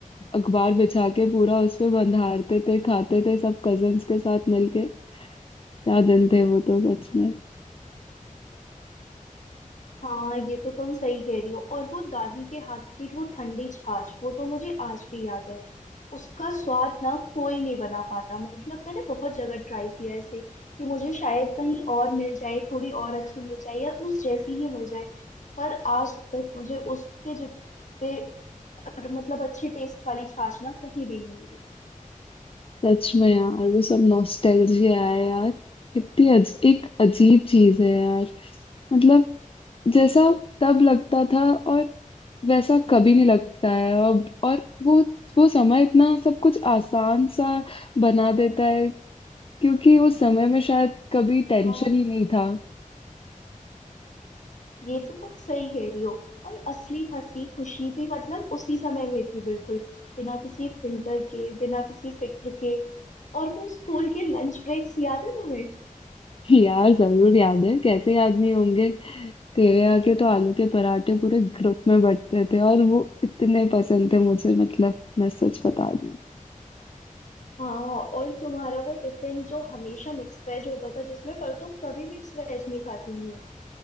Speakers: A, on the left; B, on the left.
A: अखबार बिछा के पूरा उस पे बंधारते थे खाते थे सब कजन्स के साथ मिलके क्या दिन थे वो तो सच में
B: हाँ ये तो तुम सही कह रही हो और वो दादी के हाथ की वो ठंडी छाछ वो तो मुझे आज भी याद है उसका स्वाद ना कोई नहीं बना पाता मतलब मैंने बहुत जगह ट्राई किया है इसे कि मुझे शायद कहीं और मिल जाए थोड़ी और अच्छी मिल जाए या उस जैसी ही मिल जाए पर आज तक मुझे उसके जितने अ, मतलब अच्छे टेस्ट वाली छाछ ना कहीं भी नहीं मिली
A: सच में यार वो सब नॉस्टैल्जिया है यार कितनी अज, एक अजीब चीज है यार मतलब जैसा तब लगता था और वैसा कभी नहीं लगता है अब और वो वो समय इतना सब कुछ आसान सा बना देता है क्योंकि उस समय में शायद कभी टेंशन
B: हाँ
A: ही नहीं था
B: ये तो तुम सही कह रही हो और असली हंसी खुशी भी मतलब उसी समय में थी बिल्कुल बिना किसी फिल्टर के बिना किसी फिक्र के और वो स्कूल के लंच ब्रेक्स याद है तुम्हें
A: यार जरूर याद है कैसे याद नहीं होंगे तेरे यहाँ के तो आलू के पराठे पूरे ग्रुप में बंटते थे और वो इतने पसंद थे मुझे मतलब मैं सच बता रही हूँ
B: हाँ और तुम्हारा वो टिफिन जो हमेशा मिक्स वेज होता था जिसमें पर तुम कभी मिक्स वेज नहीं खाती थी